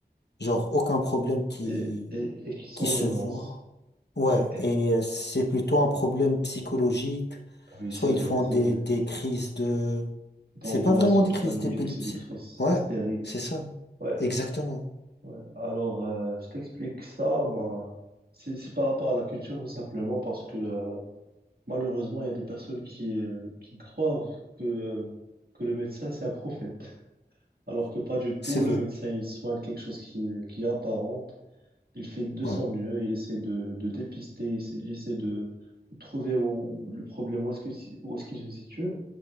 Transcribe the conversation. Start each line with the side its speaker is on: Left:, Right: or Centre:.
Left: genre aucun problème qui,
Right: Et, et, et qui sont
Left: qui
Right: en
Left: se
Right: urgence.
Left: voit. Ouais,
Right: Ouais.
Left: et euh, c'est plutôt un problème psychologique.
Right: Ah Oui,
Left: Soit
Right: c'est
Left: ils
Right: vrai,
Left: font
Right: c'est
Left: des,
Right: vrai.
Left: des crises de...
Right: D'angoisse
Left: C'est pas vraiment
Right: ou
Left: des
Right: de
Left: crises
Right: panique,
Left: d'épilepsie.
Right: c'est des crises
Left: Ouais,
Right: hystériques.
Left: c'est ça.
Right: Ouais.
Left: Exactement.
Right: Ouais. Alors, euh, je t'explique ça. Ben, c'est c'est par rapport à la culture, tout simplement, parce que euh, malheureusement, il y a des personnes qui, euh, qui croient que, que le médecin, c'est un prophète. <laughs> Alors que pas du tout,
Left: C'est vrai.
Right: le médecin, il soigne quelque chose qui, est- qui est apparente. Il fait de
Left: Ouais.
Right: son mieux, il essaie de, de dépister, il, s- il essaie de trouver où, le problème, où est-ce que, si- où est-ce qu'il se situe.